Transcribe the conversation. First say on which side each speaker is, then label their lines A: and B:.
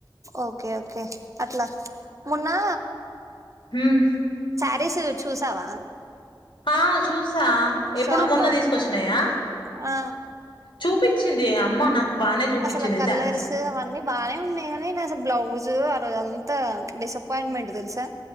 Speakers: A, on the right (about 40°); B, on the left (about 75°).
A: ఓకే ఓకే అట్లా మొన్నా
B: ఉమ్
A: సిలో చూసావా
B: ఆ చూసా ఎప్పుడు
A: షాప్
B: మొన్న
A: లో
B: తీసుకొచ్చినాయా
A: ఆ
B: చూపించింది అమ్మ నాకు బానే చూపించింది
A: అసలు కలర్స్
B: శారీస్
A: అవన్నీ బానే ఉన్నాయి కానీ నే అసలు బ్లౌజు ఆ రోజంత ఎంత డిసప్పాయింట్మెంట్ తెలుసా